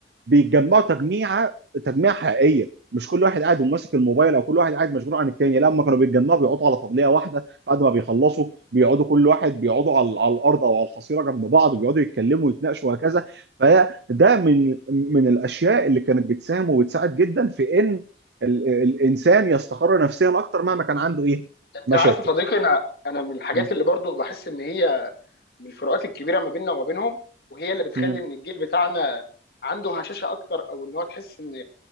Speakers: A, on the right (about 70°); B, on the left (about 60°).
A: بيتجمعوا تجميعه تجميعه حقيقيه مش كل واحد قاعد وماسك الموبايل او كل واحد قاعد مشغول عن التاني لا هم كانوا بيتجمعوا بيقعدوا على طبليه واحده بعد ما بيخلصوا بيقعدوا كل واحد بيقعدوا على, على الارض او على الحصيره جنب بعض بيقعدوا يتكلموا ويتناقشوا وهكذا فده من من الاشياء اللي كانت بتساهم وبتساعد جدا في ان ال- الانسان يستقر نفسيا اكتر مهما كان
B: امم
A: عنده ايه
B: انت
A: مشاكل
B: عارف يا صديقي انا انا من الحاجات
A: م-
B: اللي برضو بحس ان هي من الفروقات الكبيره ما بيننا وما بينهم وهي اللي بتخلي
A: م-
B: ان الجيل بتاعنا عنده هشاشه اكتر او ان هو تحس ان